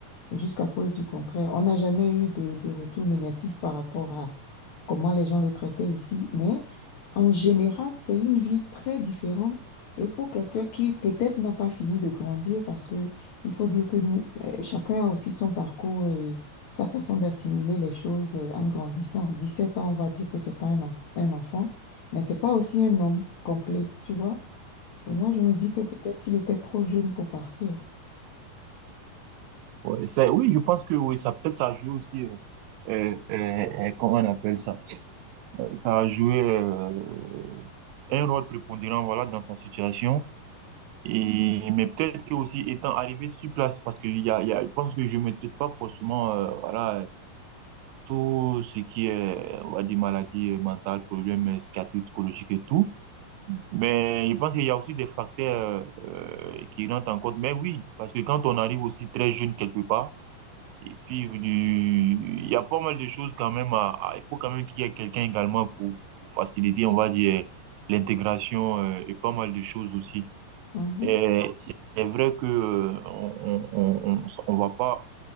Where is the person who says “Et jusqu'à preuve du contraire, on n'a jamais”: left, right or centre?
Left